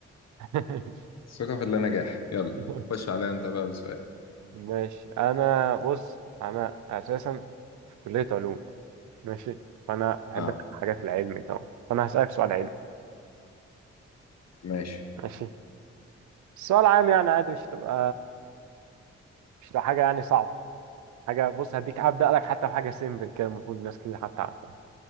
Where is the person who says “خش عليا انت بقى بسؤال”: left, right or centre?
Left